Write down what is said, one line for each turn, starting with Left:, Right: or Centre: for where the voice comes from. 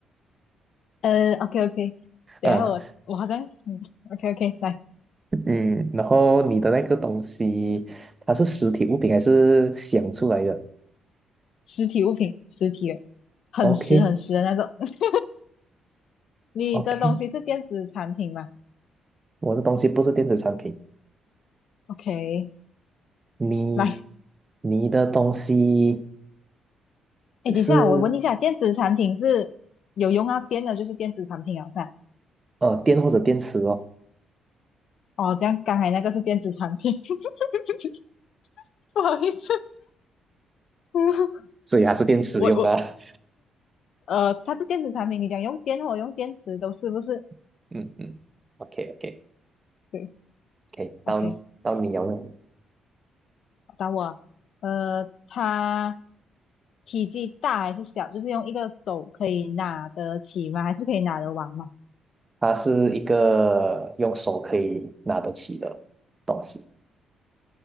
Left: 呃，OK OK，等一下我我好像嗯，OK
Right: <laughs> 啊，
Left: OK，来，
Right: 嗯，然后你的那个东西，它是实体物品还是想出来的
Left: 实体物品，实体的，很实很实的那种。
Right: ？OK
Left: <laughs> 你的东西是电子产品吗
Right: OK，我的东西不是电子产品，
Left: ？OK，
Right: 你
Left: 来，
Right: 你的东西
Left: 哎，等一下我问一下，
Right: 是
Left: 电子产品是有用到电的，就是电子产品啊，看，
Right: 呃电或者电池哦，
Left: 哦，这样刚才那个是电子产品，<laughs> 不好意思，<laughs>
Right: 所以还是电池用的啊，
Left: 我我呃，它是电子产品，你讲用电或用电池都是不是？
Right: <laughs> 嗯嗯，OK OK
Left: 对
Right: OK，到到你用了。
Left: ，OK，找我，呃，它体积大还是小？就是用一个手可以拿得起吗？还是可以拿得完吗？
Right: 它是一个用手可以拿得起的东西，